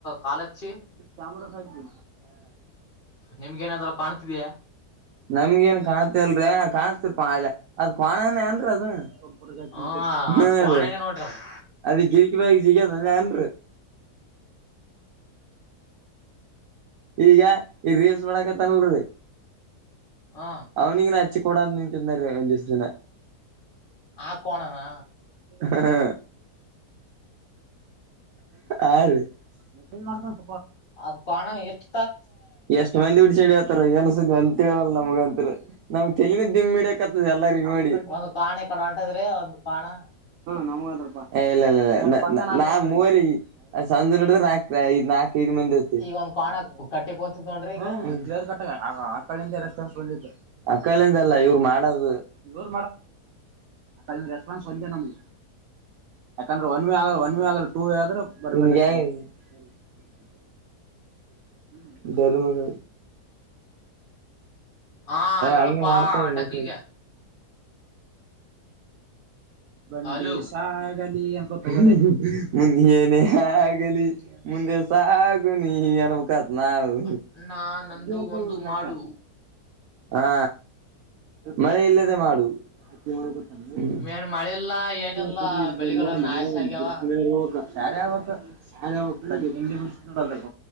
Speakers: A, on the left; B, on the right.
A: ಕಾಲಚ್ಚಿ
B: <inaudible> ಹಾ ರಿ.
A: ನಿಮ್ಗೇಏನಾದ್ರು ಕಾಣ್ತಿದಯಾ
B: ನಮ್ಗ ಏನ್ ಕಾಣತಿ ಅಲ್ರ ಕಾಣತಿ ಅದ್ ಕಣಾನೇ ಏನ್ರೀ ಅದು ಹಾ
A: ಹ ಅದ್ ಕ್ವಾಣನೇ
B: ಅದೇ
A: ನೋಡ್ರಿ ಅದು
B: ಅದ ಗಿರಿ ಬ ಜ ನ್ರು <unintelligible> <unintelligible> ಈಗ ಈ ರೀಲ್ಸ್ ಮಾಡಕತ್ತನ್ಲ್ರರಿ
A: ಹ
B: ಅವನಿಗ ನ ಹಚ್ಚ ಕೂಡ ನೀ ತಿಂದಾರಿ ಒಂದಿಸ್ ದಿನ
A: ಆ ಕೋಣನಾ
B: ಹ ಆ ರ ಮಸ <unintelligible>
A: ಅದ್ ಕ್ವಾಣ ಎಷ್ಟ
B: ಎಷ್ಟ್ ಮಂದಿ ಉಡ್ಸಂಡಿ ಹೇಳತಾರ ಏನ ಸುದ್ದಿ ಒಂದು ತಿಳಿವಲ್ಲತ ನಮ್ಗ ಅಂತರು ನಮ್ ತೆಲಿ ಮ್ ಮಿಡ್ಯಾಕಟ್ಟದ್ ಎಲ್ಲರಿಗೂ ನೋಡಿ ಹ
A: ಒಂದ್ ಕೋಣ ಈ ಕಡೆ ಹೊಂಟದ್ರೆ ಒಂದ್ ಕೋಣ
B: ನಮೋ ಅದಾವ ಪಾ ಇಲ್ಲ ಇಲ್ಲ ಪಾ ನಾ ಮೂವರಿ ಸಂಜೆ ನಡಿದ್ರೆ ನಾಕ ಐದ್ ನಾಕ ಐದು ಮಂದಿ ಆತಿವಿ
A: ಈಗ ಒಂದ್ ಕೋಣ
B: ಯಾರ
A: ಕಟ್ಟಿ ಕುಂತದ್ ನೋಡ್ರಿ
B: ಹ
A: ಈಗ
B: ಕ್ಲಿಯರ್ ಕಟ್ಟಗ ಆ ಕಡೆಯಿಂದ ರೆಸ್ಪಾನ್ಸ್ ಬಂದಿದ್ದು ಅಕಾಡಿನಿಂದ ಅಲ್ಲ ಇವರು ಮಾಡೋದು ಅ ಅದಂದು ರೆಸ್ಪಾನ್ಸ್ ಒಂದೆ ನಮ್ಗೆ ಯಾಕಂದ್ರ ಒನ್ ವೆ ಆಗಲ್ಲ ಒನ್ ವೆ ಆಗಲ್ಲ ಟೂವೆ ಆದ್ರ ಬರ ಹಿಂಗ್ಯಾಗಿ. <unintelligible> <unintelligible> ಮಗ.
A: ಹಾ ಎಳಪ್ಪಾ
B: ಹಂಗೆ ಮಾಡ್ತಾವ
A: ಡಕ್ಲಿಗ್ಯ.
B: ಮೆಸೇಜ್ ಬಂಡಿ
A: ಹಲೋ
B: ಸಾಗ್ ಗಲ್ಲಿ ಎನ್ಕೊಂತ ಹೋಗಲೆ ಮುಂದೆ ಏನೆ ಆಗಲಿ ಮುಂದೆ ಸಾಗು ನೀ ಇಂಗೆ ಅನ್ಬೇಕಾತ ನಾವು
A: ಅಣ್ಣ ನಂದು
B: <unintelligible>
A: ಒಂದು ಮಾಡು
B: ಹಾ ಮಳೆ ಇಲ್ಲದೆ ಮಾಡು. ಹ್ಮ್
A: ಮೇನ್ ಮಳಿಲ್ಲ ಏನಿಲ್ಲ
B: <unintelligible>
A: ಬೆಳೆಗಳ ನಾಶ ಆಗ್ಯಾವ
B: ಇರುವುಕ. ಸ್ಯಾನೆ ಆಬೆಕ್ ಸ್ಯಾನೆ ಅವೇಕಿಲ್ ಅಲ್ಲಿ ಹಿಂದಿನ ವರ್ಷ ನೋಡದಕ